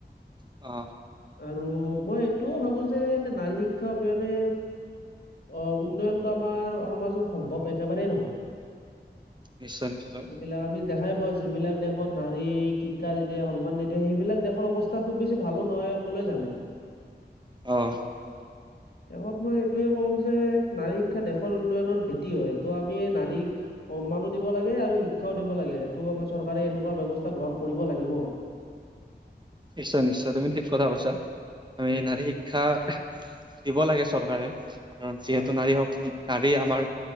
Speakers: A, on the right; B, on the left.
A: অ।
B: আৰু মই এইটোও ভাবো যে নাৰী শিক্ষা অবিহনে। অ উন্নয়নটো আমাৰ সমাজৰ সম্ভৱ একেবাৰেই নহয়।
A: নিশ্চয় নিশ্চয়
B: এইবিলা আমি। দেখাই পাওঁ যিবিলাক দেশত নাৰী শিক্ষা নিদিয়ে সন্মান নিদিয়ে সেই দেশৰ অৱস্থা খুব বেছি ভালো নহয়। সকলোৱে জানে।
A: অঁ।
B: শেষত মই এইটোয়ে কওঁ যে নাৰী শিক্ষা দেশৰ উন্নয়নৰ ভেটি হয়। ত' আমি নাৰীক। সন্মানো দিব লাগে আৰু শিক্ষাও দিব লাগে সেইটো আমাৰ চৰকাৰে এনেকুৱা ব্যৱস্থা গ্ৰহণ কৰিব লাগিব।
A: নিশ্চয়-নিশ্চয়! তুমি ঠিক কথা কৈছা। আমি
B: হয়
A: নাৰী শিক্ষা দিব লাগে চৰকাৰে কাৰণ যিহেতু
B: হয়
A: নাৰী হক নাৰী আমাৰ